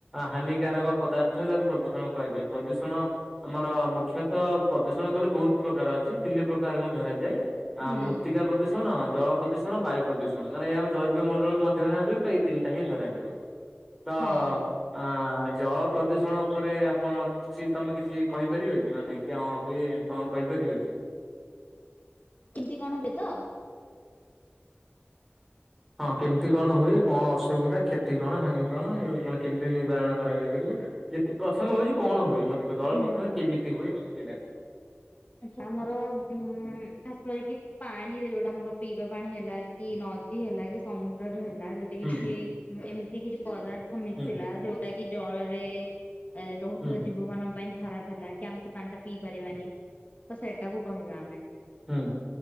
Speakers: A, in the centre; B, on the left (about 35°).
A: ହାନିକାରକ ପଦାର୍ଥ ତାକୁ ପ୍ରଦୂଷଣ କୁହାଯାଏ ପ୍ରଦୂଷଣ। ଆମର ମୁଖ୍ୟତଃ ପ୍ରଦୂଷଣ କହିଲେ ବହୁତ ପ୍ରକାର ଅଛି, ତିନି ପ୍ରକାରଙ୍କୁ ଧରାଯାଏ। ଆଁ
B: ହୁଁ
A: ମୂର୍ତିକା ପ୍ରଦୁଷ ଣ ଜଳ ପ୍ରଦୂଷଣ ବାୟୁ ପ୍ରଦୂଷଣ କାରଣ ଏ ଆମ ଜୈବ ମଣ୍ଡଳ ମଧ୍ୟରେ ଆସଛି ତ ଏଇତିନିଟା ହିଁ ଧରାଯିବ। ତ
B: ହଁ
A: ଆ ଜଳ ପ୍ରଦୂଷଣ ଉପରେ ଆପଣ କିଛି ତମେ କିଛି କହିପାରିବ କି, ମାନେ କିଅ ହୁଏ କଣ କହିପାରିବ କି?
B: କେମତି କଣ ହୁଏ ତ?
A: ହଁ କେମିତି କଣ ହୁଏ, କଣ ଅସୁବିଧା, କ୍ଷତି କଣ, ହାନି କଣ ମାନେ କେମିତି ନିବାରଣ କରାଯାଇପାରିବ। ଯେତେ ପ୍ରଥମ ହଉଛି କଣ ହୁଏ ମତେ ଜଳ
B: ହୁଁ
A: ପ୍ରଦୂଷଣ କେମିତି ହୁଏ ମତେ ସେଇଟା
B: ଆଛା ଆମର ଉଁ ଖାସ କରିକି ପାଣି ରେ ଯୋଉଟା ଆମର ପିଇବା ପାଣି ହେଲା। କି ନଦୀ ହେଲା କି ସମୁଦ୍ରରେ ହେଲା ଯ
A: ହୁଁ
B: କିଛି ଏମିତି କିଛି ପଦାର୍ଥ ମିଶିଲା
A: ହୁଁ
B: ଯୋଉଟା କି ଜଳରେ ଏ ରହୁଥିବା
A: ହୁଁ
B: ଜୀବ ମାନଙ୍କ ପାଇଁ ଖରାପ ହେଲା କି ଆମେ ସେ ପାଣି ଟା ପିଇ ପାରିବାନି। ତ ସେଇଟାକୁୁ କହିବା ଆମେ।
A: ହୁଁ।